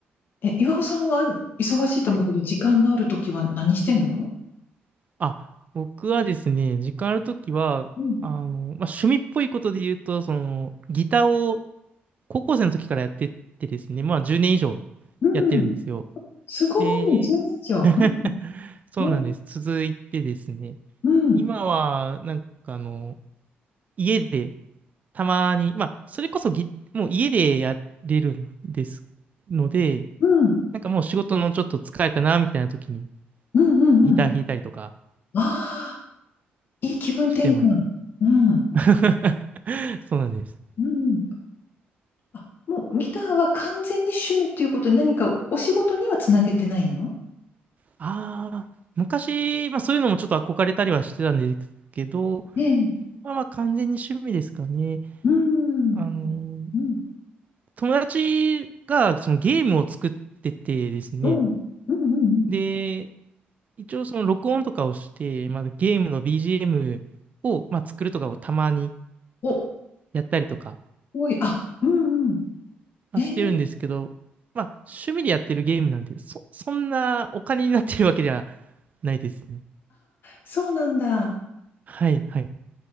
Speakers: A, on the left (about 55°); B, on the right (about 40°).
A: え、岩尾さんは忙しいと思うけど、
B: はい
A: 時間があるときは何してんの
B: あ、僕はですね、時間あるときは、
A: うん、
B: あの、まあ、趣味っぽいことで言うと、その、ギターを高校生の時からやってってですね、まあ、10年以上
A: うん。
B: やってるんですよ。
A: すごい、
B: で、
A: 10年以上。
B: <laughs>
A: うん
B: そうなんです。
A: ね、
B: 続いてですね、
A: うん、
B: 今は、なんかあの、家で、たまに、まあ、それこそギ、もう家でやれるんですので、
A: うん、
B: なんかもう仕事のちょっと疲れたな、みたいな時に
A: うん、うん、
B: ギター弾いたりとか
A: うん。ああ、いい気分転換。
B: してます。
A: うん、
B: <laughs> そうなんです。
A: うん。あ、もうギターは完全に趣味っていうことで何かお仕事にはつなげてないの
B: ああ、昔、まあそういうのもちょっと憧れたりはしてたんですけど、
A: ええ、
B: まあまあ完全に趣味ですかね。
A: うん、うん、
B: あの、
A: うん、
B: 友達がそのゲームを作っててですね、
A: うん、うん。うん
B: で、一応その録音とかをして、まあ、ゲームの BGM を、まあ、作るとかをたまに
A: お、す
B: やったりとか
A: ごい、あ、うん、うん。
B: まあしてるんですけど、
A: ええ、
B: まあ趣味でやってるゲームなんで、そ、そんなお金になってるわけではないですね。
A: そうなんだ。
B: はい、はい。